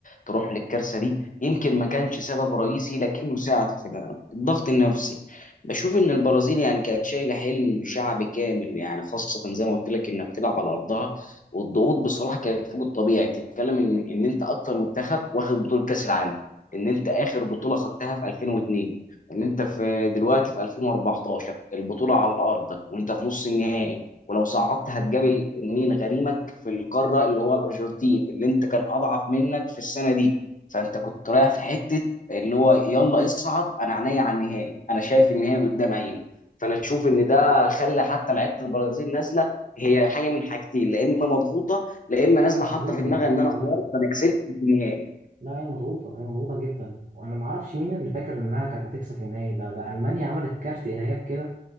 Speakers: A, on the left (about 50°); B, on the right (about 50°).
A: تروح للكارثه دي يمكن ما كانش سبب رئيسي لكنه ساعد في ده الضغط النفسي بشوف ان البرازيل يعني كانت شايله حلم شعب كامل يعني خاصه زي ما قلت لك انها بتلعب على ارضها والضغوط بصراحه كانت فوق الطبيعي بتتكلم ان ان انت اكتر منتخب واخد بطوله كاس العالم ان انت اخر بطوله خدتها في 2002 ان انت في دلوقتي في 2014 البطوله على ارضك وانت في نص النهائي ولو صعدت هتقابل مين غريمك في القاره اللي هو الارجنتين اللي انت كان اضعف منك في السنه دي فانت كنت رايح في حته اللي هو يلا اصعد انا عينيا على النهائي انا شايف النهائي قدام عيني فانا اشوف ان ده خلى حتى لعيبه البرازيل نازله هي حاجه من حاجتين لا اما مضغوطه لا اما نازله
B: مضغوطه
A: حاطه في دماغها ان انا
B: لا
A: خلاص انا كسبت في النهائي
B: لا هي مضغوطه هي مضغوطه جدا وانا ما اعرفش مين اللي فاكر انها كانت هتكسب النهائي ده ده المانيا عملت كارت ارهاب كده